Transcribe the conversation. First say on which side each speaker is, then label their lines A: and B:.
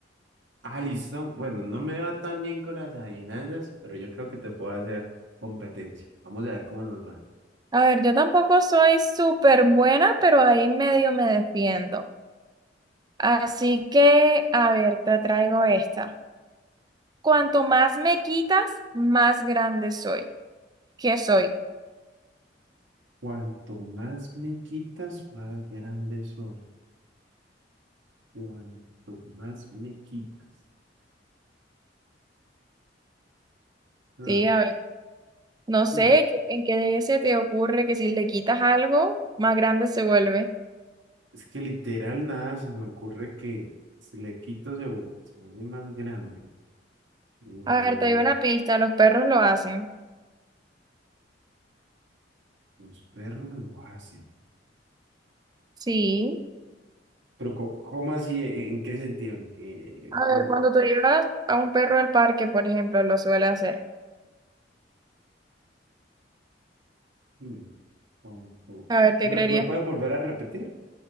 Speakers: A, on the right; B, on the right.
A: Ah, listo. Bueno, no me va tan bien con las adivinanzas, pero yo creo que te puedo hacer competencia. Vamos a ver cómo nos va.
B: A ver, yo tampoco soy súper buena, pero ahí medio me defiendo. Así que, a ver, te traigo esta. Cuanto más me quitas, más grande soy. ¿Qué soy?
A: Cuanto más me quitas, más grande soy. Cuanto más me quitas. Ah,
B: Sí, a ver. No sé
A: hmm.
B: qué- en qué se te ocurre que si le quitas algo, más grande se vuelve.
A: Es que literal nada se me ocurre que si le quito se, vuel- se vuelve más grande. Mm,
B: A ver, te doy una pista, los perros lo hacen.
A: los perros lo hacen.
B: Sí.
A: Pero, co- ¿cómo así? ¿E- ¿En qué sentido? ¿En qué-
B: A
A: ¿Cómo?
B: ver, cuando tú llevas a un perro al parque, por ejemplo, lo suele hacer.
A: Mm, con-
B: A ver, ¿qué
A: Re-
B: creerías?
A: ¿Me puedes volver a repetir?